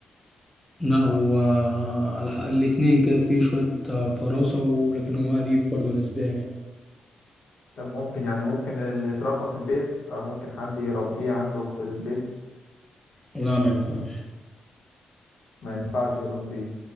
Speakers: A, in the centre; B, on the left.
A: لا هو الح- الاتنين كده فيه شوية آه، فراسة ولكن هو قريب برضه نسبيا يعني
B: طب ممكن يعني ممكن اللي يتربى في البيت أو ممكن حد يربيه عنده في البيت
A: لا ما ينفعش
B: ما ينفعش يربيه